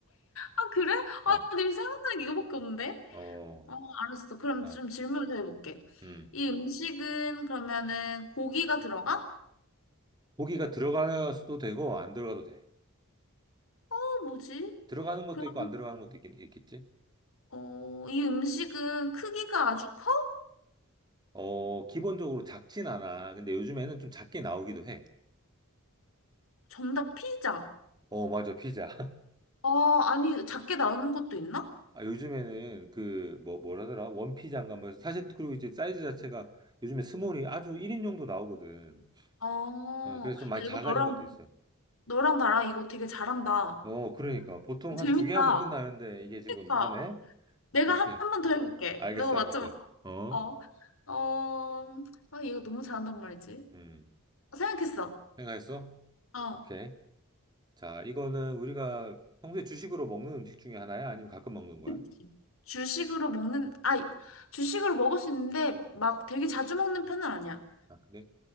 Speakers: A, on the left; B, on the right.
A: 아, 그래? 아,
B: 어,
A: 내 생각나는 게 이거밖에 없는데?
B: 어,
A: 어, 알았어. 그럼
B: 아,
A: 좀 질문을 더 해볼게.
B: 음.
A: 이 음식은 그러면은 고기가 들어가?
B: 고기가 들어가서도 되고 안 들어가도 돼.
A: 어, 뭐지?
B: 들어가는 것도
A: 그럼,
B: 있고 안 들어가는 것도 있긴 있겠지?
A: 어, 이 음식은 크기가 아주 커?
B: 어, 기본적으로 작진 않아. 근데 요즘에는 좀 작게 나오기도 해.
A: 정답 피자.
B: 어, 맞아, 피자.
A: 어, 아니, 작게 나오는 것도 있나?
B: 아, 요즘에는 그, 뭐, 뭐라더라? 원피장가 뭐, 해서 사실, 그리고 이제 사이즈 자체가 요즘에 스몰이 아주 1인용도 나오거든.
A: 어, 야,
B: 어, 그래서 좀 많이 작아진
A: 이거 너랑,
B: 것도 있어.
A: 너랑 나랑 이거 되게 잘한다.
B: 어, 그러니까. 보통
A: 재밌다.
B: 한 두 개 하면 끝나는데, 이게 지금
A: 그러니까,
B: 하네?
A: 내가
B: 오케이.
A: 한 번 더 해볼게.
B: 알겠어,
A: 너가
B: 알겠어.
A: 맞춰봐.
B: 어?
A: 어, 어, 아, 얘가 너무 잘한단 말이지.
B: 음.
A: 생각했어.
B: 생각했어?
A: 어.
B: 오케이. 자, 이거는 우리가 평소에 주식으로 먹는 음식 중에 하나야? 아니면 가끔 먹는 거야?
A: 그치. 주식으로 먹는, 아, 주식으로 먹을 수 있는데 막 되게 자주 먹는 편은 아니야.
B: 아, 그래?